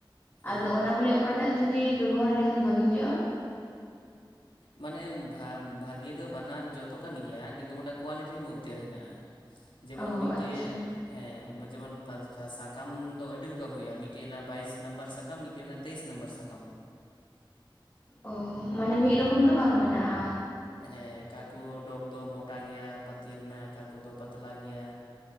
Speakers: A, on the left; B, on the left.
A: ᱦᱮᱸ
B: ᱟᱫᱚ ᱚᱱᱟ ᱵᱚᱞᱮ ᱚᱠᱟ ᱴᱟᱜ ᱡᱩᱫᱤ ᱵᱮᱵᱚᱦᱟᱨ ᱞᱮᱠᱷᱟᱱ ᱵᱷᱟᱜᱤ ᱦᱩᱭᱩᱜᱼᱟ
A: ᱢᱟᱱᱮ ᱵᱷᱟᱹᱜᱤ ᱫᱚ ᱵᱟᱱᱟᱨ ᱡᱚᱛᱚ ᱠᱟᱱ ᱜᱮᱭᱟ ᱠᱤᱱᱛᱩ ᱚᱸᱰᱮ ᱠᱳᱣᱟᱞᱤᱴᱤ ᱢᱚᱫᱽᱫᱷᱮᱨᱮ ᱦᱮᱱᱟᱜ-ᱟ ᱡᱮᱢᱚᱱ
B: ᱚ
A: ᱢᱤᱫᱴᱮᱜ
B: ᱟᱪᱪᱷᱟ
A: ᱦᱮᱸ ᱵᱟ ᱡᱮᱢᱚᱱ ᱯᱷᱟ.. ᱥᱟᱠᱟᱢ ᱫᱚ ᱟᱹᱰᱤ ᱨᱚᱠᱚᱢ ᱦᱩᱭᱩᱜ-ᱟ ᱢᱤᱫᱴᱮᱜ ᱦᱮᱱᱟᱜ-ᱟ ᱵᱟᱭᱤᱥ ᱱᱟᱢᱵᱟᱨ ᱥᱟᱠᱟᱢ ᱢᱤᱫᱴᱮᱜ ᱦᱮᱱᱟᱜ-ᱟ ᱛᱮᱭᱤᱥ ᱱᱚᱢᱵᱟᱨ ᱥᱟᱠᱟᱢ
B: ᱚ ᱢᱟᱱᱮ ᱢᱤᱫ ᱨᱚᱠᱚᱢ ᱫᱚ ᱵᱟᱝ ᱢᱮᱱᱟᱜ-ᱟ
A: ᱦᱮᱸ ᱠᱟᱠᱚ ᱰᱚᱜᱽ ᱫᱚ ᱢᱚᱴᱟ ᱜᱮᱭᱟ ᱯᱟᱹᱛᱤ ᱨᱮᱱᱟᱜ ᱚᱠᱟ ᱠᱚᱫᱚ ᱯᱟᱛᱞᱟ ᱜᱮᱭᱟ